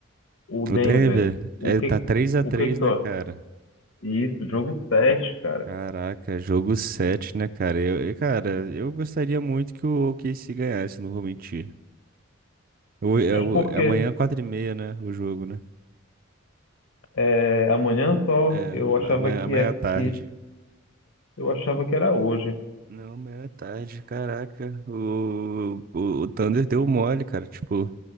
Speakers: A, on the left; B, on the right.
A: o Denver?
B: O Denver
A: O
B: é,
A: que,
B: tá três a
A: o
B: três
A: que que tu
B: né,
A: acha?
B: cara?
A: Isso, jogo 7, cara.
B: Caraca, jogo 7, né, cara? Eu, eu- cara, eu gostaria muito que o OKC ganhasse, não vou mentir. Eu, eu,
A: Mas por quê?
B: amanhã, é quatro e meia, né? O jogo, né?
A: É, amanhã só,
B: É,
A: eu
B: ama-
A: achava
B: amanhã,
A: que,
B: amanhã
A: é,
B: à tarde.
A: que, eu achava que era hoje.
B: Não, amanhã à tarde, caraca. O, o, o Thunder deu mole, cara. Tipo,